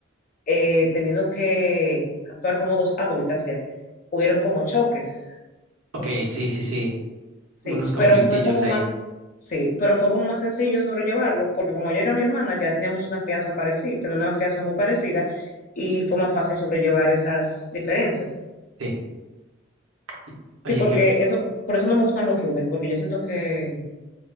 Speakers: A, on the left; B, on the right.
A: eh, teniendo que actuar como dos adultas ya, hubieron como choques,
B: Ok, sí, sí, sí.
A: sí,
B: Unos conflictillos
A: pero fue como
B: ahí.
A: más, sí, pero fue como más sencillo sobrellevarlo, porque como ella era mi hermana, ya teníamos una crianza parecida, teníamos una crianza muy parecida y fue más fácil sobrellevar esas diferencias.
B: Sí. Y-
A: Sí,
B: Oye,
A: porque
B: qué,
A: eso, por eso no me gustan los roommates, porque yo siento que